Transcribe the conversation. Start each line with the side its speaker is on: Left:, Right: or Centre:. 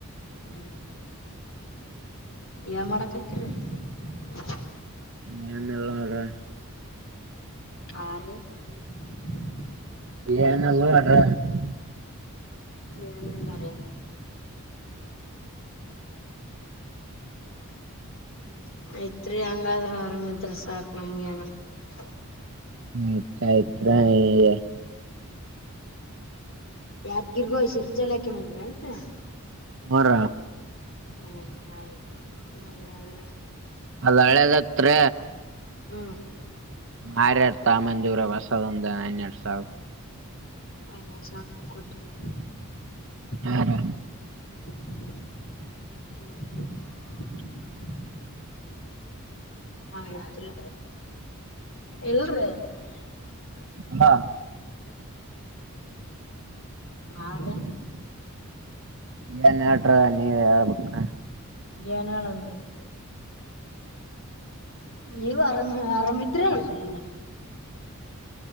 Left: ಹ್ಮ್ ಏನ್ ಮಾಡಕ್ತಿರಿ <unintelligible>
Right: ಏನೆಲ್ಲ <unintelligible>
Left: ಆ ರೀ <unintelligible>
Right: ಏನಿಲ್ಲ <unintelligible>
Left: ಏನಿಲ್ಲ ರೀ <unintelligible> ಯ್ತ್ರಿ ಹಂಗಾದ್ರೂ ಆರಾಮಿದ್ರ ಸಾಕ್ ನಮ್ಗೇನ <unintelligible>
Right: <unintelligible> ಹೂ ಆಯ್ತ <unintelligible>
Left: ಯಾದ್ಗಿರ್ಗೋ ಶಿರ್ಜಾಲಾಖ ಮಂದಿರ ಅನ್ <unintelligible>
Right: ಮರ
Left: ಹ್ಮ್ ಆಯ್ತು ಹಂಗಾದ್ರ
Right: ಅಲ್ಲಳೆದತ್ರ
Left: ಹ್ಮ್
Right: ಮಾರ <unintelligible> ಎಡ್ತಮ್ಮಂದೂರ <unintelligible> ವಸದಂದ ಅ ಹಣೆರ್ಡ್ದ್ದು ಸಾವಿರ
Left: ಐನೂರು ಸಾವಿರ ರೂಪಾಯಿ ಕೊಟ್ಟರೇ <unintelligible>
Right: ಹ <unintelligible>
Left: <unintelligible> <inaudible> ಆಯ್ತ್ರಿ ಎಲ್ರಿ <unintelligible>
Right: ಹಲ್ಲೋ
Left: <inaudible> ಆ ರೀ
Right: ಏನ್ ಎಳ್ರೆ ನೀವೆ ಹೇಳ್ಬೇಕ
Left: ಏನ್ ಹೇಳಂದ್ರಿ ನೀವ ಆರಾಮ್ ಆರಾಮಿದ್ರಿ ಅರಿ <unintelligible> ಎಲ್ಲಾರ